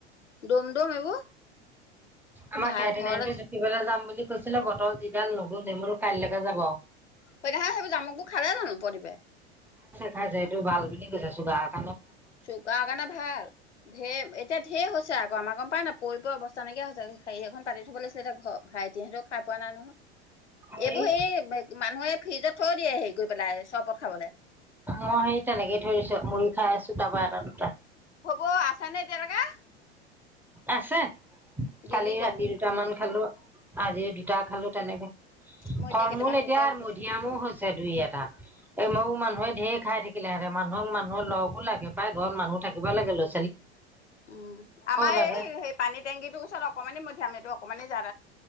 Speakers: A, on the left; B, in the centre.
A: দম দম এইবোৰ।
B: আমাক
A: ভাই
B: <unintelligible>
A: ঘৰলৈ
B: যাম বুলি কৈছিলে বতৰ যিডাল নগোল মোৰ কাইলৈকে যাব।
A: সেইদিনা খন সেইবোৰ জামুকবোৰ খালে জানো পদিপ এ?
B: আছে সটো ভাল বুলি কৈছে ছোগাৰত।
A: চুগাৰৰ কাৰণে ভাল ঢেৰ এতিয়া ঢেৰ হৈছে আকৌ আমাৰ গম পাও নাপায় পৰি পৰি অৱস্থা নাইকিয়া হৈছে হেৰি এখন তানি থব লাগছিলে ভাইটিহঁতেও খাৰ পোৱা নাই নহয়।
B: হেৰি
A: এইবোৰ সেই মানুহে ফ্ৰিজত থৈও দিয়ে হেৰি কৰি পেলাই চৰপত খাবলে।
B: মই হে তেনেকেই ঠয় দিছো মুৰি খাই আছো তাৰপা এটা দুটা।
A: হ'ব আছ নে এতিয়ালৈকে।
B: আছে।
A: গেলিব
B: কালি ৰাতি দুটামান খালো। আজি দুটা খালো তেনেকে।
A: মই
B: ফল
A: কেইটামান
B: মূল এতিয়া
A: বুটল
B: আৰু
A: দে।
B: মধিয়ামৌ হৈছে। দুই এটা এই ময়ো মানুহে ধেৰ খাই থাকিলে সেহতে মানুহক মানুহৰ লগো লাগে প্ৰায় ঘৰত মানুহ থাকিব লাগে লৈ
A: উম। আমাৰ
B: লাগে।
A: এই, সেই পানীৰ টেংকিটোৰ ওচৰত অকণমানি মধ ঠানি তো অকমানে জ